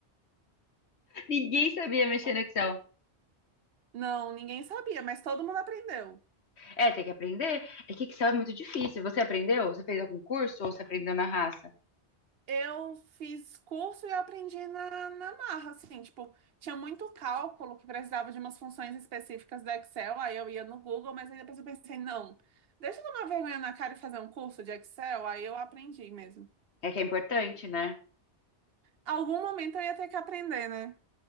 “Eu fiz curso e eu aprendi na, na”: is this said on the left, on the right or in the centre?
Right